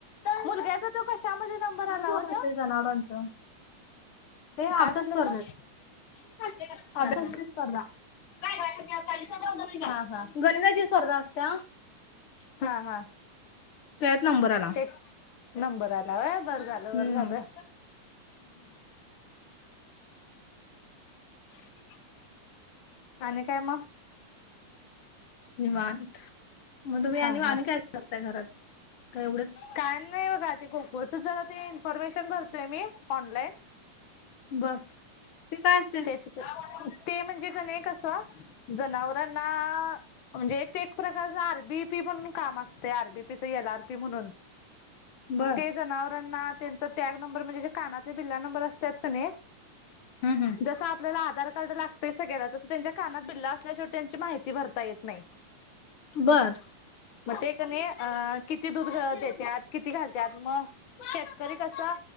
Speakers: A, on the left; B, on the left.
A: मुलग्याचा तो कशामध्ये नंबर आला
B: कसं
A: ओ तो?
B: असते जनावरांचं ते
A: काय
B: अभ्यास
A: म्हटलं
B: स्पर्धेत
A: सा? <unintelligible>
B: अभ्यासाची
A: हा हा.
B: स्पर्धा
A: काय <unintelligible> हा हा.
B: गणिताची स्पर्धा असत्या
A: काय हा हा.
B: त्यात नंबर आला.
A: ते नंबर आला होय बरं झालं
B: हम्म
A: बर झालं. <inaudible> आणि काय मग?
B: निवांत म तुम्ही
A: हा
B: आणिव आणि
A: हा
B: काय करताय घरात? का एवढंच
A: काय नाही बघा ते गोकुळच जरा ते इन्फॉर्मेशन भरतोय मी ऑनलाईन.
B: बर ते काय असतय?
A: त्याच ते म्हणजे कने असं जनावरांना म्हणजे एक ते प्रकारच आर, बी, पी पी म्हणून काम असतय आर, बी, पी, च एल, आर, पी म्हणून.
B: बर
A: ते जनावरांना त्यांचा टॅग नंबर म्हणजे जे कानातले बिल्ला नंबर असत्यात कने
B: हम्म हम्म.
A: जस आपल्याला आ आधार कार्ड लागते सगळ्याला तसं त्यांच्या कानात बिल्ल असल्या शेवट त्यांची माहिती भरता येत नाही.
B: बर
A: म ते कने अ किती दूध देत्यात किती घालत्यात मग शेतकरी कसं